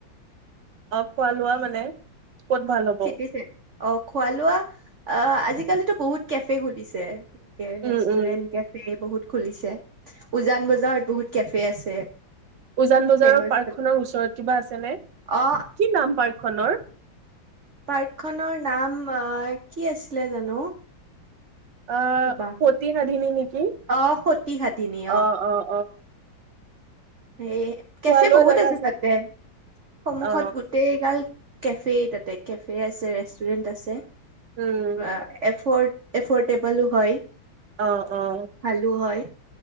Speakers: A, on the right; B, on the right.
A: অ', খোৱালোৱা মানে? ক'ত ভাল হ'ব?
B: চিটিচেন, অ', খোৱা লোৱা অ', আজিকালিতো বহুত কেফে খুলিছে। একে ৰেষ্টুৰেণ্ট
A: উম, উম,
B: কেফে বহুত খুলিছে, উজান বজাৰ বহুত কেফে আছে।
A: উজান বজাৰৰ
B: ফেমাচ
A: পাৰ্কখনৰ ওচৰত কিবা আছেনে?
B: অ
A: কি নাম পাৰ্কখনৰ?
B: পাৰ্কখনৰ নাম অ, কি আছিলে জানো?
A: অ',
B: ৰবা
A: সতি সাধিনী নেকি?
B: অ সতী সাধিনী
A: অ', অ', অ'।
B: হেই
A: খোৱা
B: কেফে
A: লোৱা
B: বহুত
A: জেগা
B: আছে তাতে। সন্মুখত
A: অ
B: গোটেই গাল কেফে তাতে কেফে আছে, ৰেষ্টুৰেণ্ট আছে।
A: উম
B: বা এফট এফ'ৰটেবলও হয়।
A: অ' অ'-
B: ভালো হয়